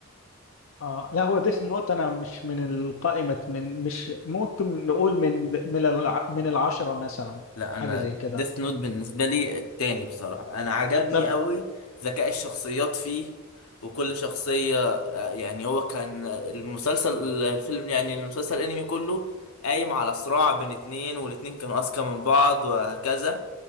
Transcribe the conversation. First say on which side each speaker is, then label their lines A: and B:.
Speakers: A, on the left; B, on the left.
A: اه لا هو ديث نوت انا مش من القائمة من مش ممكن نقول من من الع- من العشرة مثلا
B: لا
A: حاجة
B: انا
A: زي كده
B: ديث نوت بالنسبه لي التاني بصراحه انا عجبني
A: طب
B: قوي ذكاء الشخصيات فيه وكل شخصيه آه، يعني هو كان المسلسل الفيلم يعني المسلسل الانمي كله قايم على صراع بين اتنين والاتنين كانوا اذكى من بعض وهكذا